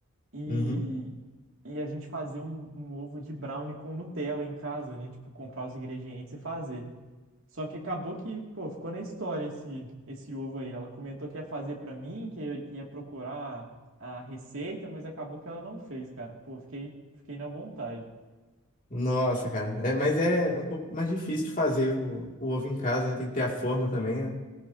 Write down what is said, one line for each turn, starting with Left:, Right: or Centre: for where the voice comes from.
Right: e,
Left: Uhum.
Right: e a gente fazer um, um ovo de brownie com Nutella em casa, né? Tipo, comprar os ingredientes e fazer. Só que acabou que, pô, ficou na história esse, esse ovo aí. Ela comentou que ia fazer pra mim, que ia, que ia procurar a receita, mas acabou que ela não fez, cara. Pô, fiquei, fiquei na vontade.
Left: Nossa, cara. É, mas é um pouco mais difícil de fazer o, o ovo em casa, né? Tem que ter a forma também, né?